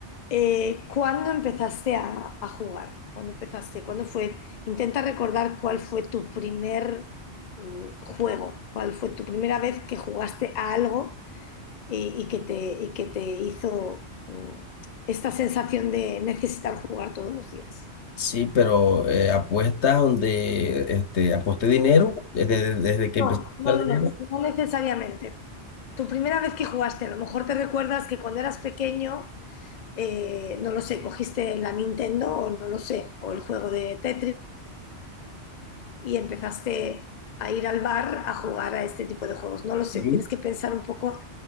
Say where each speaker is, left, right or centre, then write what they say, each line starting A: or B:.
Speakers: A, on the left; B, on the left.
A: Eh, ¿cuándo empezaste a, a jugar? ¿Cuándo empezaste? ¿Cuándo fue? Intenta recordar cuál fue tu primer mm, juego, cuál fue tu primera vez que jugaste a algo y, y que te, y que te hizo mm, esta sensación de necesitar jugar todos los días.
B: Sí, pero eh, apuestas donde este, aposté dinero desde, desde que
A: No,
B: empecé
A: no,
B: a ganar
A: no, no,
B: dinero.
A: no necesariamente. Tu primera vez que jugaste, a lo mejor te recuerdas que cuando eras pequeño, eh, no lo sé, cogiste la Nintendo o no lo sé, o el juego de Tetris y empezaste a ir al bar a jugar a este tipo de juegos. No lo
B: Sí.
A: sé, tienes que pensar un poco.